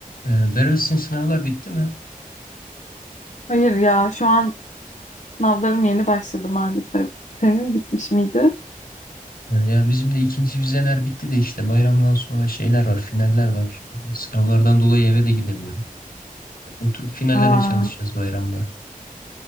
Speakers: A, on the left; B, on the left.
A: Ee, Berat sizin sınavlar bitti mi?
B: Hayır ya şu an sınavlarım yeni başladı maalesef. Senin bitmiş miydi?
A: Ee, Ya bizim de ikinci vizeler bitti de işte bayramdan sonra şeyler var, finaller var. Ee, Sınavlardan dolayı eve de gidemiyorum. Oturup finallere
B: Aa,
A: çalışacağız bayramda.